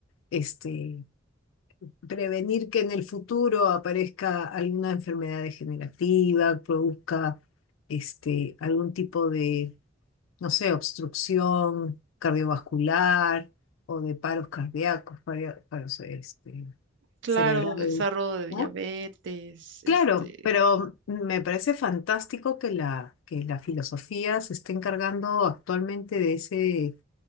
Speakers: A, on the left; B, on the right.
A: este, prevenir que en el futuro aparezca alguna enfermedad degenerativa, produzca este, algún tipo de, no sé, obstrucción cardiovascular o de paros cardíacos, para, paros, este
B: Claro,
A: cerebral,
B: desarrollo de diabetes,
A: ¿no?
B: este,
A: Claro, pero me parece fantástico que la, que la filosofía se esté encargando actualmente de ese,